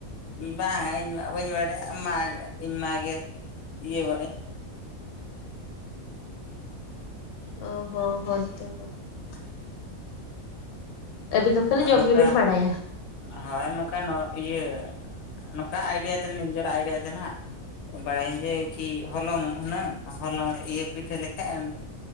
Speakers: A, on the left; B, on the left.
A: ᱵᱟᱝᱟ ᱤᱧ ᱢᱟ ᱵᱟᱹᱧ ᱵᱟᱲᱟᱭᱟ ᱢᱟ ᱤᱧ ᱢᱟ ᱜᱮ ᱤᱭᱟᱹ ᱵᱟᱲᱟᱭ
B: ᱚ ᱦᱚᱸ ᱦᱚᱭ ᱛᱚ᱾
A: <inaudible>
B: ᱟᱹᱵᱤᱱ ᱫᱚ ᱠᱷᱟᱹᱞᱤ
A: ᱟᱨ
B: ᱡᱚᱢ
A: ᱱᱚᱝᱠᱟ
B: ᱜᱮᱵᱤᱱ ᱵᱟᱲᱟᱭᱟ᱾
A: ᱦᱳᱭ ᱱᱚᱝᱠᱟᱱ ᱚ ᱤᱭᱟᱹ ᱱᱚᱝᱠᱟ ᱟᱭᱰᱤᱭᱟ ᱛᱮ ᱱᱤᱡᱮᱨᱟᱜ ᱟᱭᱰᱤᱭᱟ ᱛᱮ ᱱᱟᱦᱟᱜ ᱵᱟᱲᱟᱭᱟᱹᱧ ᱡᱮ ᱠᱤ ᱦᱚᱞᱚᱝ ᱦᱩᱱᱟᱹᱝ ᱦᱚᱞᱚᱝ ᱨᱮ ᱤᱭᱟᱹ ᱯᱤᱴᱷᱟᱹ ᱞᱮᱠᱟ ᱮᱢ